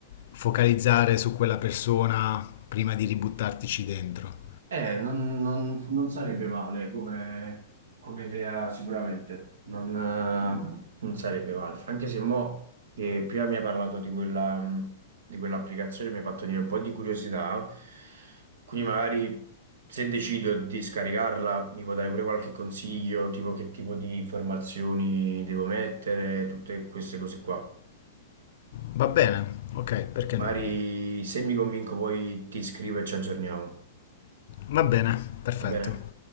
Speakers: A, on the left; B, on the right.
A: focalizzare su quella persona prima di ributtartici dentro.
B: Eh, non, non- non sarebbe male come, come idea sicuramente, non, eh, non sarebbe male, anche se mo che prima mi hai parlato di quella, mh, di quell'applicazione mi ha fatto venire un po' di curiosità, quindi magari se decido di scaricarla mi può dare pure qualche consiglio, tipo che tipo di informazioni devo mettere, tutte queste cose qua.
A: Va bene, ok, perché
B: Magari
A: no?
B: se mi convinco poi ti scrivo e ci aggiorniamo,
A: Va bene, perfetto.
B: va bene?